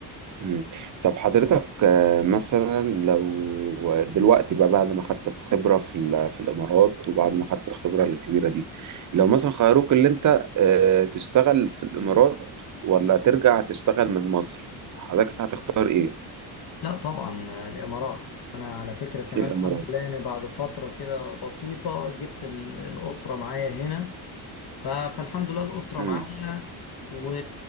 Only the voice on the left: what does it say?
لا طبعا آه، الامارات انا على فكرة كمان
الحمد لله يعني بعد فترة كده بسيطة جبت ال- الاسرة معايا هنا ف- فالحمد لله الاسرة
معايا و...